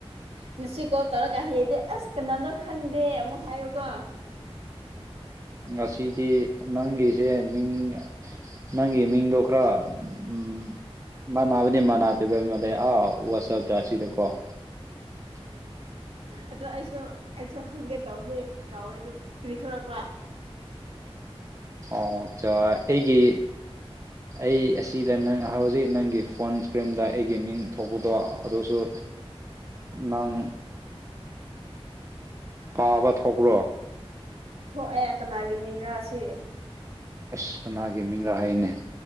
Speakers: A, on the right; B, on the right.
A: ꯉꯁꯤ ꯀꯣꯜ ꯇꯧꯔꯒ ꯍꯌꯦꯗꯤ ꯑꯁ ꯀꯅꯥꯅꯣ ꯈꯪꯗꯦ ꯑꯃꯨꯛ ꯍꯥꯏꯌꯨꯀꯣ
B: ꯉꯁꯤꯗꯤ ꯅꯪꯒꯤꯖ‌ꯦ ꯃꯤꯡ ꯅꯪꯒꯤ ꯃꯤꯡꯗꯣ ꯈꯔ ꯎꯝ ꯃꯥꯟꯅꯥꯕꯗꯤ ꯃꯥꯟꯅꯗ‌ꯦꯕ ꯃꯥꯜꯂ‌ꯦ ꯑꯥ ꯋꯥꯆꯞꯇ ꯑꯁꯤꯗꯀꯣ <unintelligible>
A: ꯑꯗꯨ ꯑꯩꯁꯨ ꯑꯩꯁꯨ ꯍꯪꯒꯦ ꯇꯧꯕꯅꯤ ꯀꯥꯎꯋꯦ ꯑꯗꯨꯝ ꯀ꯭ꯔꯤ ꯊꯣꯔꯛꯄ
B: ꯑꯣ ꯆꯥ ꯑꯩꯒꯤ ꯑꯩ ꯑꯁꯤꯗ ꯅꯪ ꯍꯧꯖꯤꯛ ꯅꯪꯒꯤ ꯐꯣꯟ ꯏꯁꯀ꯭ꯔꯤꯟꯗ ꯑꯩꯒꯤ ꯃꯤꯡ ꯊꯣꯛꯄꯗꯣ ꯑꯗꯨꯁꯨ ꯅꯪ ꯄꯥꯕ ꯊꯣꯛꯄ꯭ꯔꯣ
A: ꯊꯣꯛꯑꯦ ꯀꯅꯥꯒꯤ ꯃꯤꯡꯔꯥ ꯑꯁꯤ
B: ꯑꯁ ꯀꯅꯥꯒꯤ ꯃꯤꯡ ꯔꯥ ꯍꯥꯏꯅꯦ